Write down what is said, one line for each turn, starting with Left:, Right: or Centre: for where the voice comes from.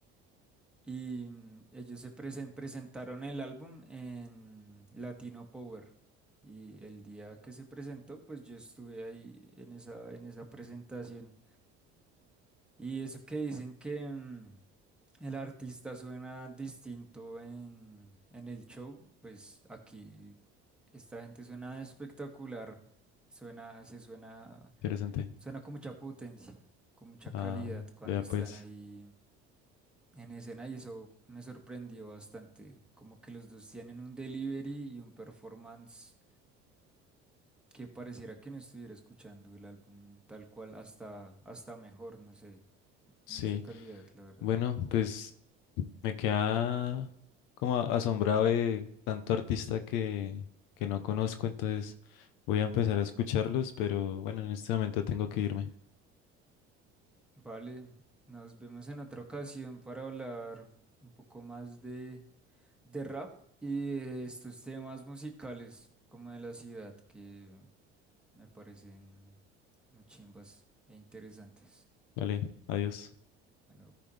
Centre: Y mm, ellos se presen- presentaron el álbum en Latino Power. Y el día que se presentó, pues yo estuve ahí en esa, en esa presentación. Y eso que dicen que mm, el artista suena distinto en, en el show, pues aquí. Esta gente suena espectacular. Suena, se suena,
Left: interesante.
Centre: suena con mucha potencia, con mucha calidad
Left: Ah,
Centre: cuando
Left: vea
Centre: están
Left: pues,
Centre: ahí en escena y eso me sorprendió bastante. Como que los dos tienen un delivery y un performance que pareciera que no estuviera escuchando el álbum tal cual, hasta, hasta mejor, no sé.
Left: sí.
Centre: Mucha calidad, la verdad.
Left: Bueno, pues me queda como a- asombrado de tanto artista que, que no conozco, entonces voy a empezar a escucharlos, pero bueno, en este momento tengo que irme.
Centre: Vale, nos vemos en otra ocasión para hablar un poco más de de rap y de estos temas musicales como de la ciudad que me parecen muy chimbas e interesantes.
Left: Vale, adiós.
Centre: Bueno,